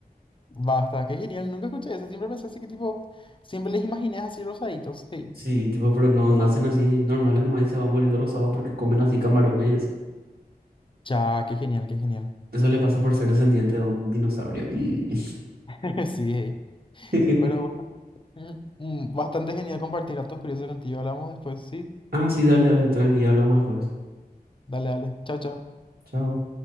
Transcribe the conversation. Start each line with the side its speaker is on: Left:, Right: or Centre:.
Left: Basta, qué genial, nunca escuché eso, siempre pensé así que tipo, siempre les imaginé así rosaditos, sí.
Right: Sí, tipo, pero no nacen así normales nomás y se van volviendo rosados porque comen así camarones y eso.
Left: Ya, qué genial, qué genial.
Right: Eso le pasa por ser descendiente de un dinosaurio. Mm.
Left: <laughs> Sí, hey.
Right: <laughs>
Left: Pero Mm, mm, Bastante genial compartir datos curiosos contigo. Hablamos después, sí.
Right: Ah, sí, dale, dale, tranqui, hablamos después.
Left: Dale, dale. Chao, chao.
Right: Chao.